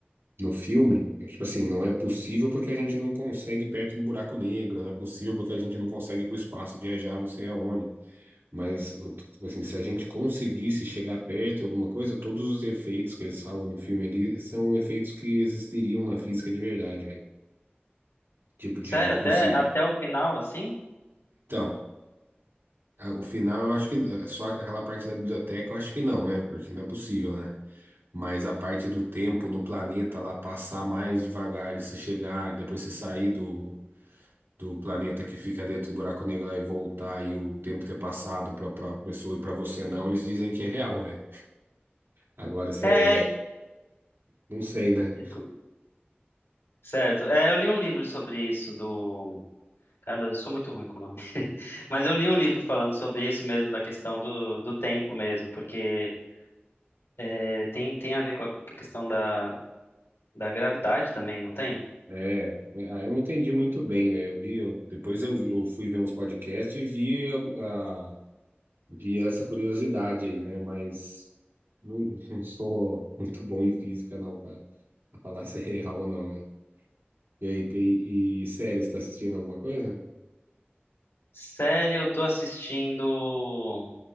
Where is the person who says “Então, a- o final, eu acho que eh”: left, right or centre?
Right